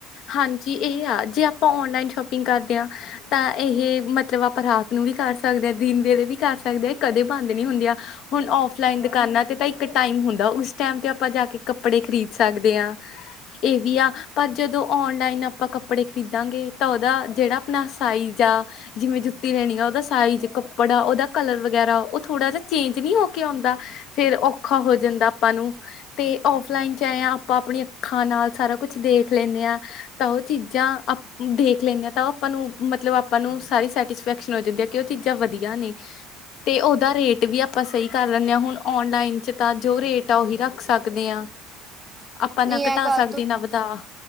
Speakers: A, on the left; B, on the right.
A: ਹਾਂਜੀ ਇਹ ਆ ਜੇ ਆਪਾਂ ਔਨਲਾਈਨ ਸ਼ੋਪਿੰਗ ਕਰਦੇ ਆਂ ਤਾਂ ਇਹ ਮਤਲਬ ਆਪਾਂ ਰਾਤ ਨੂੰ ਵੀ ਕਰ ਸਕਦੇ ਹਾਂ ਦਿਨ ਵੇਲੇ ਵੀ ਕਰ ਸਕਦੇ ਹਾਂ ਕਦੇ ਬੰਦ ਨੀ ਹੁੰਦੀਆਂ। ਹੁਣ ਆਫਲਾਈਨ ਦੁਕਾਨਾਂ ਤੇ ਤਾਂ ਇੱਕ ਟਾਈਮ ਹੁੰਦਾ ਉਸ ਟਾਈਮ ਤੇ ਆਪਾਂ ਜਾ ਕੇ ਕੱਪੜੇ ਖਰੀਦ ਸਕਦੇ ਹਾਂ। ਇਹ ਵੀ ਆ ਪਰ ਜਦੋਂ ਔਨਲਾਈਨ ਆਪਾਂ ਕੱਪੜੇ ਖਰੀਦਾਂਗੇ ਤਾਂ ਉਹਦਾ ਜਿਹੜਾ ਆਪਣਾ ਸਾਈਜ਼ ਆ। ਜਿਵੇਂ ਜੁੱਤੀ ਲੈਣੀ ਆ ਉਹਦਾ ਸਾਈਜ਼ ਕੱਪੜਾ ਉਹਦਾ ਕਲਰ ਵਗੈਰਾ ਉਹ ਥੋੜਾ ਜਿਹਾ ਚੇਂਜ ਨਹੀਂ ਹੋ ਕੇ ਆਉਂਦਾ। ਫੇਰ ਔਖਾ ਹੋ ਜਾਂਦਾ ਆਪਾਂ ਨੂੰ ਤੇ ਫਲਾਈਨ ਚ ਏਂ ਆ ਆਪਾਂ ਆਪਣੀਆਂ ਅੱਖਾਂ ਨਾਲ ਸਾਰਾ ਕੁਛ ਦੇਖ ਲੈਂਦੇ ਆ। ਤਾਂ ਉਹ ਚੀਜ਼ਾਂ ਦੇਖ ਲੈਂਦੇ ਹਾਂ ਤਾਂ ਉਹ ਆਪਾਂ ਨੂੰ ਮਤਲਬ ਆਪਾਂ ਨੂੰ ਸਾਰੀ ਸੈਟਿਸਫੈਕਸ਼ਨ ਹੋ ਜਾਂਦੀ ਹੈ। ਕਿ ਉਹ ਚੀਜ਼ਾਂ ਵਧੀਆ ਨੇ। ਤੇ ਉਹਦਾ ਰੇਟ ਵੀ ਆਪਾਂ ਸਹੀ ਕਰ ਲੈਂਨਦੇ ਹਾਂ ਹੁਣ ਓਨਲਾਈਨ ਚ ਤਾਂ ਜੋ ਰੇਟ ਆ ਉਹੀ ਰ ਰੱਖ ਸਕਦੇ ਹਾਂ ਆਪਾਂ ਨਾ
B: ਨਹੀਂ ਇਹ
A: ਘਟਾ
B: ਗੱਲ
A: ਸਕਦੇ ਨਾ ਵਧਾ।